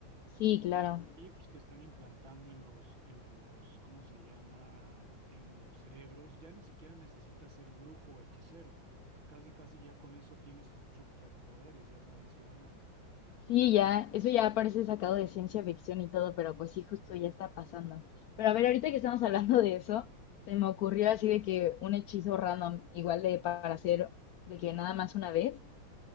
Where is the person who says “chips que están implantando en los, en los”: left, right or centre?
Right